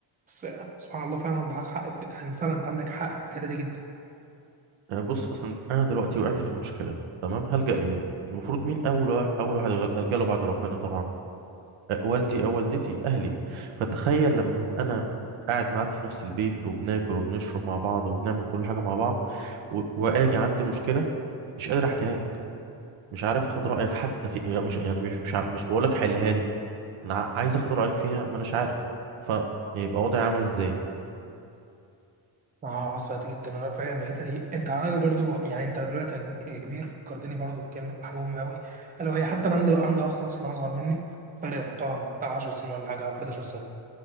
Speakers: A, on the right; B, on the right.
A: بس يعني سبحان الله فعلا عندك حق في- ان فعلا انت عندك حق في الحته دي جدا
B: آه، بص اصلا انا دلوقتي وقعت في مشكلة تمام هلجأ لمين المفروض مين اول واحد اول واحد الجأ له بعد ربنا طبعا آه، والدي أو والدتي أهلي فتخيل لما أبقى أنا قاعد معاك في نفس البيت وبناكل وبنشرب مع بعض وبنعمل كل حاجة مع بعض و... وآجي عندي مشكلة مش قادر أحكيها لك مش عارف أخد رأيك حتى في يعني مش يعني مش مش, ع- مش بقولك حلها لي أنا ع- عايز أخد رأيك فيها ما أناش عارف فيبقى وضعي عامل إزاي
A: اه وصلت جدا انا فاهم الحته دي انت عارف برضو يعني انت دلوقتي يا كب- يا كبير فكرتني برضو بكلمه بحاجه مهمه قوي الا وهي حتى انا عندي عندي اخ اصلا اصغر مني فرق محترم بتاع 10 سنين ولا حاجه او 11 سنه